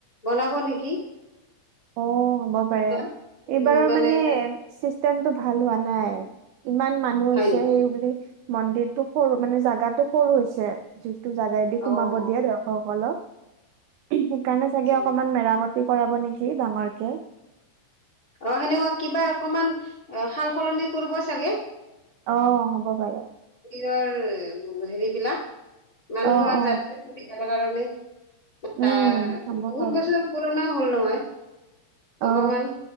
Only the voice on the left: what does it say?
বনাব নেকি।
কিবা
উম
তাত
হয়
নেকি
অ
অ
আচ্ছা
অ সেনেকুৱা কিবা অকমান অ সাল- সলনি কৰিব চাগে।
ৰ হেৰি বিলাক মানুহৰ
যাত্ৰীৰ সুবিধাৰ কাৰণে। এ বহুত
বছৰ পুৰণাও হ'ল নহয় অকমান